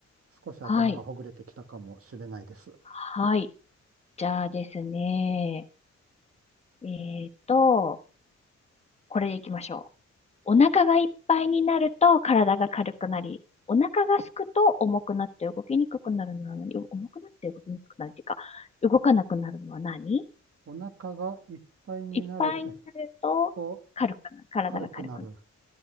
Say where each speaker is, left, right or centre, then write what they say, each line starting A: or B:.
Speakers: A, on the right (about 50°); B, on the left (about 20°).
A: 少し頭がほぐれてきたかもしれないです。
B: はい。はい。じゃあですね。えっと、これでいきましょう。お腹がいっぱいになると体が軽くなり、お腹がすくと重くなって動きにくくなるのは何お重くなって動きにくくなるっていうか、動かなくなるのは何
A: お腹がいっぱいになる
B: いっぱいになると軽くなる。
A: と
B: 体が軽くなる。
A: 軽くなる。